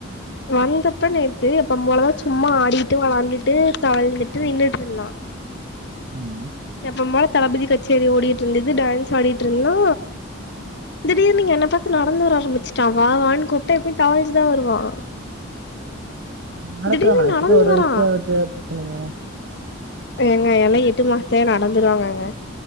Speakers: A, on the left; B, on the right.
A: வந்தப்ப நேத்து எப்பம்போலதா சும்மா ஆடியிட்டு வளாண்டுட்டு தவழ்ந்துட்டு நின்னுட்ருந்தா
B: ம்
A: எப்பம் போல தளபதி கச்சேரி ஓடிட்ருந்துது டான்ஸ் ஆடிட்ருந்தா திடீர்னு என்னப் பாத்து நடந்து வர ஆரம்பிச்சிட்டா வா வான் கூப்ட்டா எப்பயு தவழ்ந்துதா வருவா
B: நடக்குறானா
A: திடீர்னு
B: இப்பதா
A: நடந்து
B: ஒரு
A: வரா
B: வயசே ஆவ்து அப்டின் சொன்னீங்க
A: ஏங்க எல்லா எட்டு மாசத்லயே நடந்துருவாங்கங்க